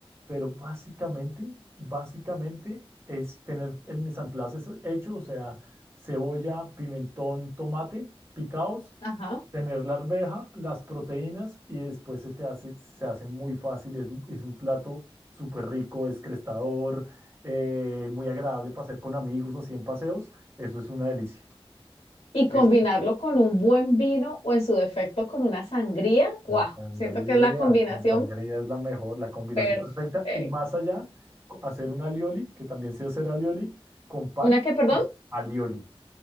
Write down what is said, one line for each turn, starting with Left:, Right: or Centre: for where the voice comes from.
Right: pero básicamente, básicamente es tener el mise en place hecho, o sea, cebolla, pimentón, tomate picados
Left: Ajá.
Right: tener la arveja, las proteínas y después se te hace, se hace muy fácil. Es, es un plato súper rico, descrestador, eh, muy agradable para hacer con amigos o 100 paseos. Eso es una delicia.
Left: Y
Right: Eso.
Left: combinarlo con un buen vino o en su defecto con una sangría,
Right: Con
Left: guau,
Right: sangría,
Left: siento que es la combinación
Right: con sangría es la mejor, la combinación
Left: Perfecto.
Right: perfecta. Y más allá, co- hacer un alioli, que también sé hacer alioli, con pan,
Left: ¿Una qué, perdón?
Right: uf, alioli.